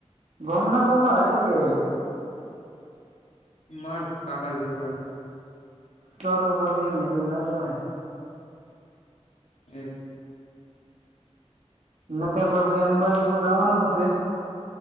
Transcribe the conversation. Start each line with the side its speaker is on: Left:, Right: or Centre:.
Right: ગોમ ના છો અરે કે
Left: માર કાકાન છોકરા.
Right: ચ તો બસ એન મિલ ના જરાય
Left: એ
Right: ના કે પછી અંબાજી તો જવાનું જ છે.